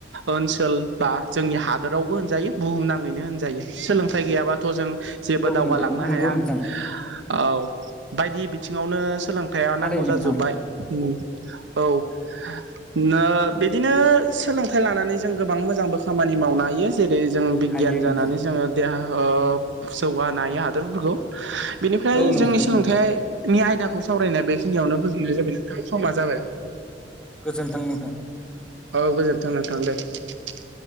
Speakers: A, on the right; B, in the centre.
A: ओनसोल बा जोंनि हादोरावबो होनजायो । बुहुम नाङैनो होनजायो सोलोंथाइ गैयाबाथ' जों जेबो
B: औ
A: दावगालांनो
B: नोंथां नंगौ
A: हाया
B: नोंथां
A: औ बायदि बिथिङावनो सोलोंथाइया
B: थारै
A: नांगौ
B: नोंथां
A: जाजोब्बाय उम औ नो बिदिनो सोलों थो लानानै जों गोबां मोजांबो खामानि मावनो हायो जेरै जों बिगियान
B: हायो
A: जानानै
B: नोंथां
A: जोङो । देहा होब जौगानायो हादरफोरखौ बेनिफ्राय
B: औ नोंथां
A: जोंनि सोलोंथाइ
B: नंगौ
A: नि आयदाखौ सावरायनाय बेखिनियावनो फोजोबनाय जाबाय नोंथां समा जाबाय ।
B: गोजोन्थों नोंथां।
A: औ गोजोनथों नोंथां दे ।